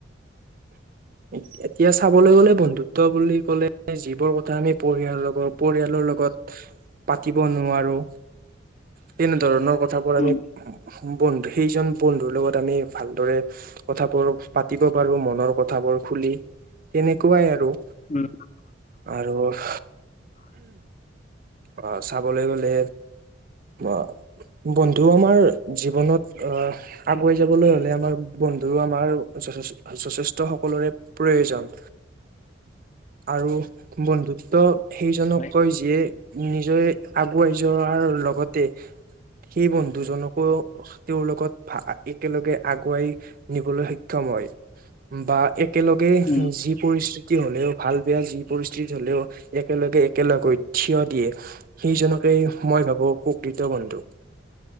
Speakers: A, on the left (about 40°); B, on the right (about 45°).
A: <inaudible>
B: এত এতিয়া চাবলৈ গ'লে, বন্ধুত্ব বুলি ক'লে যিবোৰ কথা আমি পৰিয়াল লগত পৰিয়ালৰ লগত পাতিব নোৱাৰো তেনে ধৰণৰ কথাবোৰ
A: উম
B: আমি বন্ধু সেইজন বন্ধুৰ লগত আমি ভালদৰে কথাবোৰ পাতিব পাৰো মনৰ কথাবোৰ খুলি তেনেকুৱাই আৰু।
A: উম।
B: আৰু উহ, আহ চাবলৈ গলে বা বন্ধু আমাৰ জীৱনত আহ আগুৱাই যাবলৈ হলে আমাৰ বন্ধু আমাৰ যথেষ যথেষ্ট সকলোৰে প্ৰয়োজন আৰু বন্ধুত্ব সেইজনক
A: হয়
B: কয় যিয়ে নিজে আগুৱাই যোৱাৰ লগতে সেই বন্ধুজনকো তেওঁৰ লগত ভা একেলগে আগুৱাই নিবলৈ সক্ষম হয়। বা একেলগে
A: উম
B: যি পৰিস্থিতি হলেও ভাল বেয়া যি পৰিস্থিতি হলেও একেলগে একেলগ হৈ থিয় দিয়ে। সিজনকেই মই ভাবোঁ প্ৰকৃত বন্ধু।